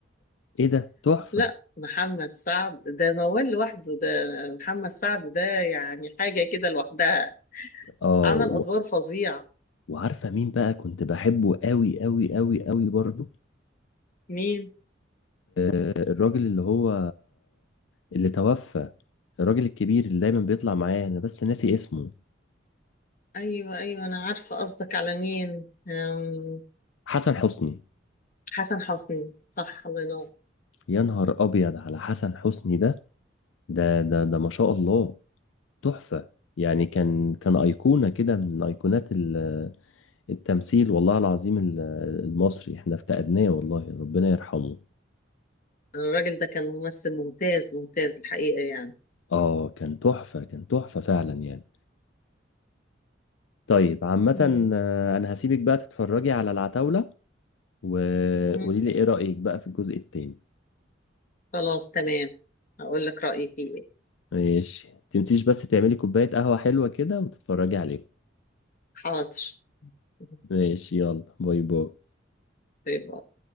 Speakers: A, on the left (about 80°); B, on the left (about 45°).
A: إيه ده تحفة
B: لا محمد سعد ده موال لوحده ده محمد سعد ده يعني حاجة كده لوحدها
A: آه
B: عمل
A: و...
B: ادوار فظيعة
A: وعارفة مين بقى كنت بحبه قوي قوي قوي قوي برضو
B: مين
A: آه، الراجل اللي هو اللي توفى الراجل الكبير اللي دايما بيطلع معايا أنا بس ناسي اسمه
B: ايوه ايوه انا عارفة قصدك على مين أم،
A: حسن حسني
B: حسن حسني صح الله ينور
A: يا نهار أبيض على حسن حسني ده ده ده ده ما شاء الله تحفة يعني كان كان أيقونة كده من أيقونات ال التمثيل والله العظيم ال- المصري احنا افتقدناه والله ربنا يرحمه
B: الراجل ده كان ممثل ممتاز ممتاز الحقيقة يعني
A: اه كان تحفة كان تحفة فعلا يعني طيب عامة
B: مم.
A: آه، انا هسيبك بقى تتفرجي على العتاولة وقولي
B: مم.
A: لي ايه رأيك بقى في الجزء التاني
B: خلاص تمام هقول لك رأيي فيه ايه
A: ماشي تنسيش بس تعملي كوباية قهوة حلوة كده وتتفرجي عليهم
B: حاضر <laughs>
A: ماشي يلا باي باي
B: طيب